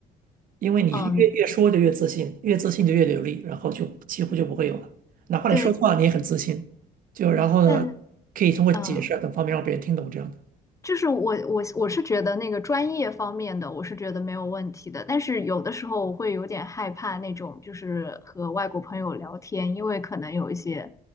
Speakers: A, on the right (about 55°); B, on the left (about 20°).
A: 因为你越越说就越自信，
B: 嗯，
A: 越自信就越流利，然后就几乎就不会有了。哪怕你说错了，
B: 对，
A: 你也很自信。就然后呢，
B: 但
A: 可以通过解释啊等方面让别人听懂这样的。
B: 嗯、呃就是我我我是觉得那个专业方面的，我是觉得没有问题的，但是有的时候我会有点害怕那种，就是和外国朋友聊天，因为可能有一些